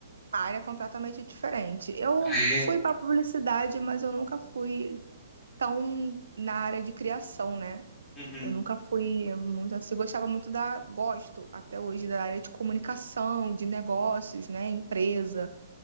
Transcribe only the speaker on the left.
Ah, é?
Uhum.